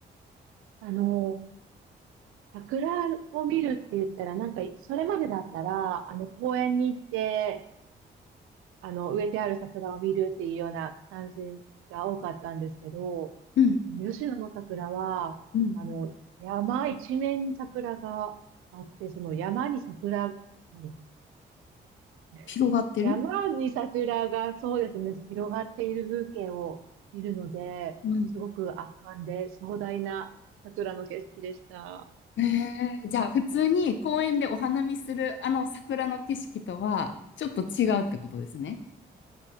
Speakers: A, on the right; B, on the left.
A: あの、桜を見るって言ったら、なんか、それまでだったら、あの、公園に行って、あの、植えてある桜を見るっていうような感じが多かったんですけど、
B: うん、
A: あの、吉野の桜は、
B: うん。
A: あの、山一面に桜があって、その山に桜なんですね。
B: 広がってる
A: 山に桜がそうですね、広がっている風景を見るので、
B: うん。
A: すごく圧巻で壮大な桜の景色でした。
B: えー、じゃあ、普通に公園でお花見するあの桜の景色とは、ちょっと違うってことですね。